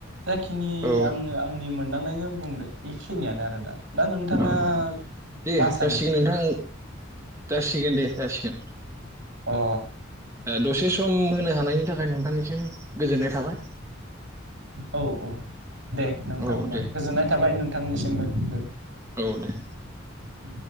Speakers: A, on the right; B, on the right.
A: जायाखिनि
B: औ
A: आङो आंनि मोन दांनायजों बुंदो बेखिनियानो आरो दा दा नोंथाङा
B: औ दे
A: मा सानो
B: जासिगोन नोंथां जासिगोन दे जासिगोन
A: अ
B: दसे सम होनो हानायनि थाखाय नोंथांनिसिम गोजोननाय थाबाय।
A: औ औ दे। नोंथांबा
B: औ दे
A: गोजोननाय थाबाय नोंथांनिसिमबो। <inaudible>
B: औ दे।
A: उ